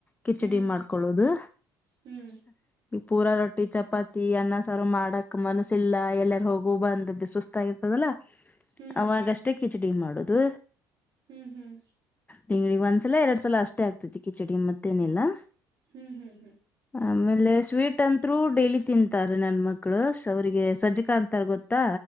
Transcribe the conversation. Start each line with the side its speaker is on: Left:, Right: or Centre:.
Left: ಕಿಚಡಿ
Right: ಹ್ಮ್
Left: ಮಾಡ್ಕೊೊಳ್ಳೋದು
Right: ಹ್ಮ್
Left: ಪೂಾ ರೊಟ್ಟಿ ಚಾಪಾತ್ ತಿ ಅನ್ನ ಸಾರ ಮಾಡಕ್ ಮನಸಿಲ್ಲ ಎಲ್ಲಾರ ಹೋಗು ಬಂದ್ ಬಿಸಸ್ ತ ಇರ್ತದಲ್ಲ
Right: ಹ್ಮ್
Left: ಅವಾಗಷ್ಟೇ ಕಿಚಡಿ ಮಾಡುದು
Right: ಹ್ಮ್ ಹ್ಮ್
Left: ತಿಂಗಳಿಗೆ ಒಂದ್ಸಲ ಎರಡ್ ಸಲ ಅಷ್ಟೇ ಆಗ್ತೈತಿ ಕಿಚಡಿ ಮತ್ತೇನೆಲ್ಲಾ
Right: ಹ್ಮ್ ಹ್ಮ್ ಹ್ಮ್
Left: ಆಮೇಲೆ ಸ್ವೀಟ್ ಅಂತರು ಡೈಲಿ ತಿಂತಾರೆ ನನ್ ಮಕ್ಕಳು ಅವ್ರಿಗೆ ಸಜ್ಜಾ ಅಂತ ಗೊತ್ತಾ